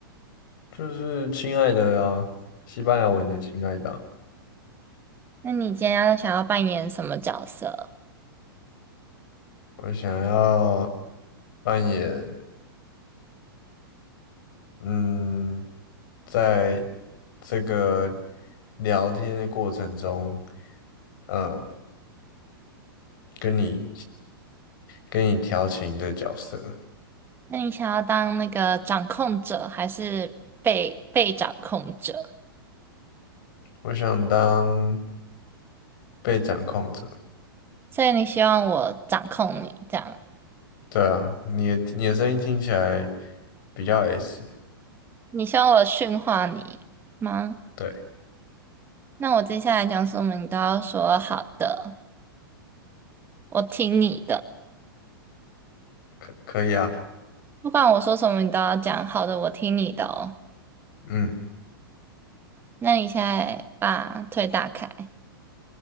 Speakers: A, on the left; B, on the right.
A: 就是亲爱的啊，西班牙文的亲爱的啊
B: 那你今天要想要扮演什么角色？
A: 我想要扮演，嗯，在这个聊天的过程中，呃，跟你跟你调情的角色，
B: 那你想要当那个掌控者，还是被被掌控者？
A: 我想当被掌控者。
B: 所以你希望我掌控你，这样？
A: 对啊，你的你的声音听起来比较 S，
B: 你希望我驯化你吗？
A: 对，
B: 那我接下来讲什么，你都要说好的，我听你的。
A: 可可以啊，
B: 不管我说什么，你都要讲好的，我听你的哦。
A: 嗯，
B: 那你现在把腿打开。